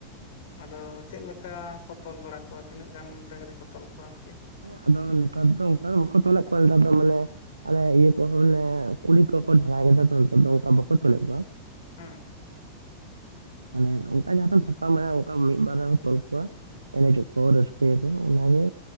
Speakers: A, on the left (about 55°); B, on the right (about 75°).
A: ᱟᱫᱚ ᱪᱮᱫ ᱞᱮᱠᱟ ᱠᱚ ᱛᱚᱞ ᱵᱟᱲᱟ ᱠᱚᱣᱟ ᱛᱤᱱᱟᱹᱜ ᱜᱟᱱ ᱰᱟᱹᱝᱨᱤ ᱠᱚ ᱛᱚᱞ ᱠᱚᱣᱟ ᱟᱨᱠᱤ?
B: ᱦᱮᱸ ᱟᱫᱚ ᱱᱮᱛᱟᱨ ᱫᱚ ᱚᱱᱠᱟ ᱫᱚ ᱵᱟᱠᱚ ᱛᱚᱞᱮᱫ ᱠᱚᱣᱟ ᱱᱮᱛᱟᱨ ᱫᱚ ᱢᱟᱱᱮᱼᱼ ᱟᱞᱮ ᱤᱭᱟᱹ ᱠᱚᱦᱚᱸ ᱢᱟᱱᱮ ᱠᱩᱞᱦᱤ ᱠᱚᱠᱚ ᱰᱷᱟᱞᱟᱭ ᱠᱮᱫᱟ ᱛᱚ ᱱᱮᱛᱟᱨ ᱫᱚ ᱚᱱᱠᱟ ᱵᱟᱠᱚ ᱛᱚᱞᱮᱫ ᱠᱚᱣᱟ᱾
A: ᱦᱮᱸ᱾
B: ᱢᱟᱱᱮ ᱚᱱᱠᱟ ᱡᱟᱦᱟᱸᱴᱷᱮᱱ ᱯᱷᱟᱸᱠᱟ ᱢᱮᱱᱟᱜᱼᱟ ᱚᱱᱠᱟ ᱢᱤᱫ ᱵᱟᱨ ᱨᱮᱦᱚᱸ ᱛᱚᱞ ᱠᱚᱣᱟ᱾ ᱮᱱᱮᱡᱚᱜ ᱠᱚ ᱨᱟᱹᱥᱠᱟᱹᱭᱟ ᱠᱚ ᱚᱱᱟᱜᱮ